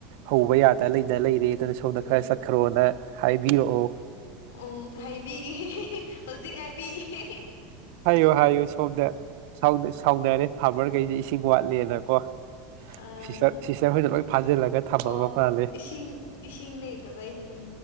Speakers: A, on the right (about 55°); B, on the left (about 85°).
A: ꯍꯧꯕ ꯌꯥꯗ ꯂꯩꯅ ꯂꯩꯔꯦ ꯑꯗꯨꯅꯁꯨ ꯁꯣꯝꯗ
B: ꯎꯝ
A: ꯈꯔ ꯆꯛꯈ꯭ꯔꯣꯅ ꯍꯥꯏꯕꯤꯔꯛꯑꯣ
B: ꯎꯝ ꯍꯥꯏꯕꯤꯒꯦ ꯍꯧꯖꯤꯛ ꯍꯥꯏꯕꯤꯒꯦ
A: ꯍꯥꯏꯌꯣ ꯍꯥꯏꯌꯣ ꯁꯣꯝꯗ ꯁꯥꯎꯅꯔꯦ ꯐꯥꯝꯃꯔꯒꯩꯖꯦ ꯏꯁꯤꯡ ꯋꯥꯠꯂꯦꯅ ꯀꯣ
B: ꯑꯥ
A: ꯁꯤꯁꯇꯔ ꯁꯤꯁꯇꯔꯍꯣꯏꯅ ꯂꯣꯏ ꯐꯥꯖꯤꯜꯂꯒ ꯊꯝꯃꯕ
B: ꯑꯣ
A: ꯃꯥꯜꯂꯦ
B: ꯏꯁꯤꯡ ꯏꯁꯤꯡ ꯂꯩꯗꯕꯩ ꯎꯝ